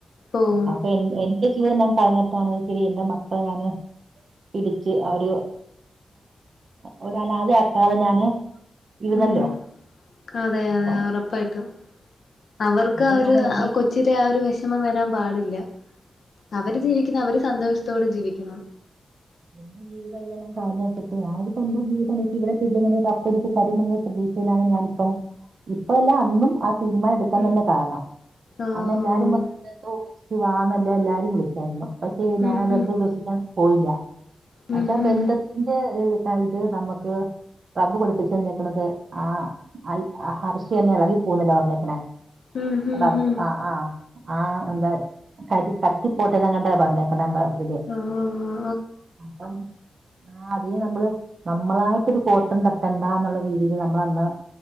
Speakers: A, on the left; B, on the right.
A: പോവും
B: അപ്പൊ എ ഇത് ഞാൻ കളഞ്ഞിട്ടാണ് എന്റെ മക്കൾ ഞാന് പിടിച്ച് ഒരു ഒ അനാത ആക്കാതെ ഞാന് ഇരുന്നല്ലോ
A: ഉം അതെ അതെ
B: അപ്പം
A: ഉറപ്പായിട്ട് അവർക്ക്
B: അപ്പൊ
A: അവര്
B: ഞാൻ എന്റെ
A: കൊച്ച ഇച്ചരി ആ ഒരു വിഷമം വരാൻ പാടില്ല അവര്
B: എന്റെ
A: ജീവിക്കുന്ന അവര് സന്തോഷത്തോടെ ജീവിക്കണം
B: മ് ജീവിതം എല്ലാം കഴഞ്ഞച്ചിട്ട് ഞപ്പപ്പോ എന്തോ ജീവിതം എനിക്ക് ഇവിടെ ചെ അപ്പ തരുമെന്ന പ്രതീക്ഷയിലാണ് ഞാനിപ്പം ഇപ്പ എല്ല അന്നും ആ തീരുമാനം എടുക്കാൻ
A: ഉം
B: തന്നെ കാരണം
A: ആഹ്
B: അന്നല്ലാരും പറഞ്ഞ- ബന്ധം ഉപേക്ഷിച്ച് വാമ എല്ലാം എല്ലാരും വിളിക്കായിരുന്നു പക്ഷെ
A: ഉം
B: ഞാൻ ആ
A: ഉം
B: ബന്ധം ഉപേക്ഷിക്കാൻ പോയില്ല
A: ഉം
B: എന്നച്ചാ
A: ഉം
B: ബന്ധത്തിന്റെ ഇത് നമ്മുക്ക് റബ് പടിപ്പിച്ചു തന്നേക്കുന്നത് ആ ഹർഷ് തന്നെ ഇളകി പോവുന്നല്ലേ പറഞ്ഞേകണെ
A: ഉം ഉം
B: ആഹ്
A: ഉം
B: ആഹ് ആഹ് എന്താ കരി കത്തി പോട്ടങ്ങട്ടാ പറഞ്ഞേക്കണ ന ഇതില്
A: ആഹ് ആഹ്
B: അപ്പം ആ അത നമ്മള് നമ്മളായിട്ടൊരു കോട്ടം തട്ടണ്ടന്നുള്ള രീതിൽ നമ്മൾ അന്ന്